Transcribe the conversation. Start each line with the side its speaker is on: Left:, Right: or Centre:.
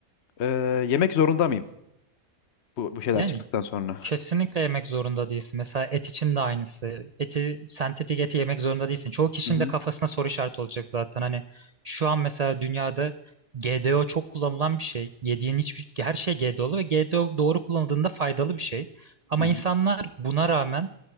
Left: Ee, yemek zorunda mıyım bu, bu şeyler
Right: Yani
Left: çıktıktan sonra?
Right: Kesinlikle yemek zorunda değilsin. Mesela et için de aynısı. Eti, sentetik eti yemek zorunda değilsin. Çoğu kişinin
Left: Hı hı.
Right: de kafasına soru işareti olacak zaten. Hani şu an mesela dünyada GDO çok kullanılan bir şey. Yediğin hiçbir her şey GDO'lu ve GDO doğru kullanıldığında faydalı bir şey. Ama
Left: Hı hı.
Right: insanlar buna rağmen